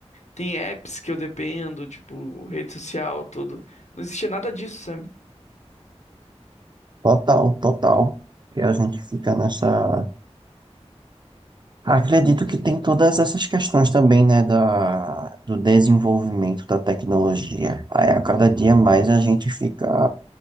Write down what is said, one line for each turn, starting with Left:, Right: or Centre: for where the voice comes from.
Left: tem apps que eu dependo, tipo, rede social, tudo. Não existia nada disso, sabe?
Right: Total, total. Que a gente fica nessa. Acredito que tem todas essas questões também, né, da, do desenvolvimento da tecnologia. Aí a cada dia mais a gente fica